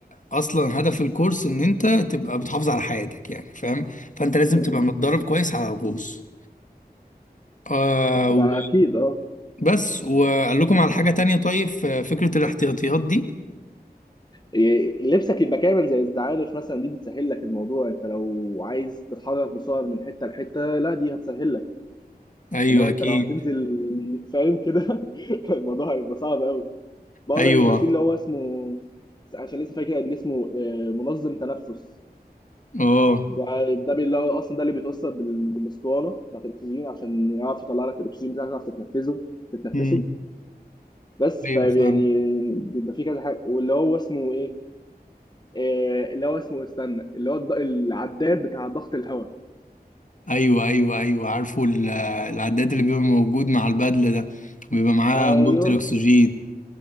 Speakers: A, on the left (about 50°); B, on the left (about 25°).
A: اصلا هدف الكورس ان انت تبقى بتحافظ على حياتك يعني فاهم فانت لازم
B: مم،
A: تبقى متدرب كويس على الغوص آه،
B: ما اكيد اه
A: بس وقال لكم على حاجة تانية طيب في فكرة الاحتياطيات دي
B: إيه، لبسك يبقى كامل زي الزعانف مثلا دي بتسهل لك الموضوع انت لو عايز تتحرك بسعر من حته لحته لا دي هتسهل لك
A: ايوه
B: انما انت
A: اكيد
B: لو هتنزل فاهم كده <laughs> الموضوع هيبقى صعب قوي برضه
A: ايوه
B: بيبقى فيه اللي هو اسمه عشان لسه فاكر اللي اسمه آه، منظم تنفس
A: اه
B: ده ده بي- اللي هو اصلا ده اللي بيتوصل بال- بالاسطوانه بتاعت الاكسجين عشان يعرف يطلع لك الاكسجين بتاعك تعرف تتنفسه تتنفسه
A: امم
B: بس
A: ايوه
B: فيعني
A: فاهم
B: بيبقى فيه كذا حاجه واللي هو اسمه ايه آه اللي هو اسمه استنى اللي هو الض- العداد بتاع ضغط الهواء
A: ايوه ايوه ايوه عارفه ال- العداد اللي بيبقى موجود مع البدلة ده بيبقى معاه
B: ايوه
A: انبوبة الاكسجين